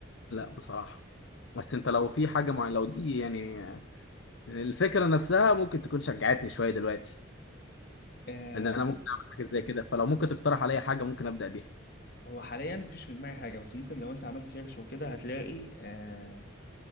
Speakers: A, on the left (about 70°); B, on the left (about 50°).
A: لا بصراحه بس انت لو في حاجه معينه لو دي يعني الفكره نفسها ممكن تكون شجعتني شويه دلوقتي
B: آه
A: ان انا ممكن
B: بص
A: اعمل حاجه زي كده فلو ممكن تقترح عليا حاجه ممكن ابدا بيها
B: هو حاليا مفيش في دماغي حاجة بس ممكن لو انت عملت سيرش وكده هتلاقي آه